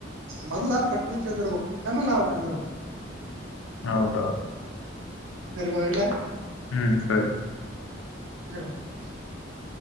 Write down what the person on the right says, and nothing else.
ಮೊದ್ಲ ಪ್ರಕೃತಿ ಚಂದ್ ಇರ್ಬೆಕ್ ಆಮೇಲೆ ನಾವ ಚಂದ ಇರ್ಬೆಕ್
ಸರ್ ಹೊರಡ್ಲಾ
<unintelligible>